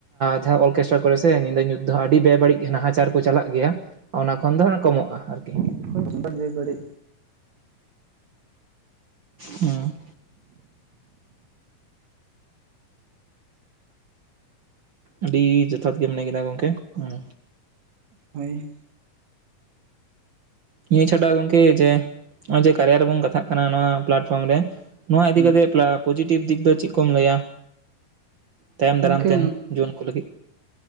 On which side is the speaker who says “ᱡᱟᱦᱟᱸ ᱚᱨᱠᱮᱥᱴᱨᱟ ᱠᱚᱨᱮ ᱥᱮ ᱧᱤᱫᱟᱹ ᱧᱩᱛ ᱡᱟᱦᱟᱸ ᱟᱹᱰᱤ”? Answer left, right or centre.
Right